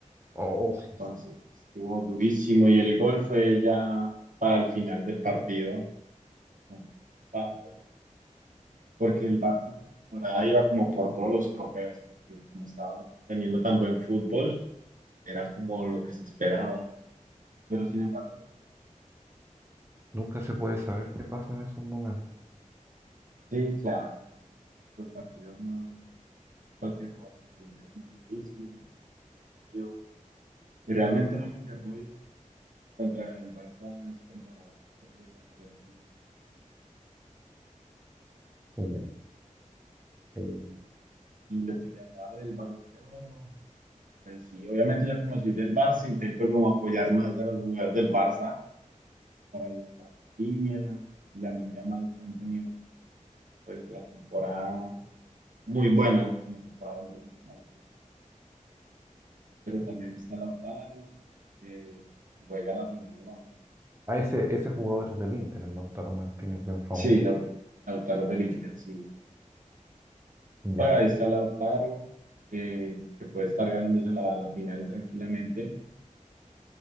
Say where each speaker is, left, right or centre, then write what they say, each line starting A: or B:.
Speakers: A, on the right; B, on the right.
A: Oh, oh,
B: Entonces, estuvo durísimo y el gol fue ya para el final del partido. Un palo tremendo. Porque el Barça esta temporada iba como por todos los trofeos, porque como estaba teniendo tan buen fútbol, era como lo que se esperaba. Pero sin embargo,
A: nunca se puede saber qué pasa en esos momentos.
B: sí, claro, los partidos no. cualquier cosa y Inter es muy difícil, defensivo. Y realmente lo único que ha podido contra el Barça esa temporada, que ha podido ganarle así.
A: Genial. Eh,
B: Y, y lo que le hablaba del Balón de Oro, pues sí, obviamente yo como soy del Barça intento como apoyar más a los jugadores del Barça para ahí estar línea y la Minja Mal que han tenido pues la temporada muy buena, una temporada buenísima. Pero también está Lautaro, que que juega la final de la...
A: ah, ese, ese jugador es del Inter, el Lautaro Martínez, bien famoso.
B: Sí, Lau- Lautaro del Inter, sí.
A: Ya.
B: Bueno, ahí está Lautaro, eh, que puede estar ganándose la, la final tranquilamente.